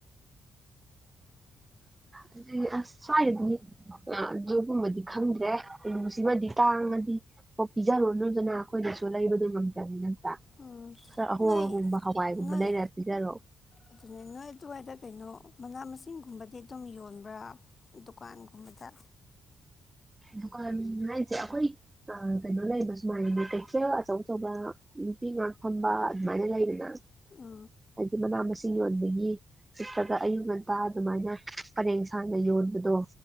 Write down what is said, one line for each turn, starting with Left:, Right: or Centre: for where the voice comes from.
Left: <inaudible>
Right: ꯑꯗꯨꯗꯤ ꯑꯁ ꯁ꯭ꯋꯥꯏꯗꯗꯤ ꯑ ꯑꯗꯨꯒꯨꯝꯕꯗꯤ ꯈꯪꯗ꯭ꯔꯦ ꯑꯂꯨꯁꯤꯃꯗꯤ ꯇꯥꯡꯉꯗꯤ ꯀꯣꯛ ꯄꯤꯖꯔꯣꯅꯨꯗꯅ ꯑꯩꯈꯣꯏꯗꯁꯨ ꯂꯩꯕꯗꯣ ꯉꯝꯗ꯭ꯔꯝꯅꯤ ꯅꯠꯇ꯭ꯔꯥ
Left: ꯎꯝ
Right: ꯈꯔ ꯑꯍꯣꯡ
Left: ꯅꯣꯏ
Right: ꯑꯍꯣꯡꯕ ꯍꯋꯥꯏꯒꯨꯝꯕ
Left: ꯅꯣꯏ
Right: ꯂꯩꯔ ꯄꯤꯖꯔꯣ
Left: ꯑꯗꯨꯅꯦ ꯅꯣꯏ ꯑꯗꯨꯋꯥꯏꯗ ꯀꯩꯅꯣ ꯃꯅꯥ ꯃꯁꯤꯡꯒꯨꯝꯕꯗꯤ ꯑꯗꯨꯝ ꯌꯣꯟꯕ꯭ꯔꯥ ꯗꯨꯀꯥꯟꯒꯨꯝꯕꯗ
Right: ꯗꯨꯀꯥꯟ ꯍꯥꯏꯖꯦ ꯑꯩꯈꯣꯏ ꯑ ꯀꯩꯅꯣ ꯂꯩꯕ ꯁꯨꯃꯥꯏꯅꯅꯦ ꯀꯩꯊꯦꯜ ꯑꯆꯧ ꯑꯆꯧꯕ ꯅꯨꯄꯤ ꯉꯥꯛ ꯐꯝꯕ ꯑꯗꯨꯃꯥꯏꯅ ꯂꯩꯗꯅ
Left: ꯎꯝ <inaudible>
Right: ꯍꯥꯏꯗꯤ ꯃꯅꯥ ꯃꯁꯤꯡ ꯌꯣꯟꯕꯒꯤ ꯆꯤꯄ꯭ꯔꯒ ꯑꯌꯨꯛ ꯉꯟꯇꯥ ꯑꯗꯨꯃꯥꯏꯅ ꯄꯔꯦꯡ ꯁꯥꯥꯡꯅ ꯌꯣꯟꯕꯗꯣ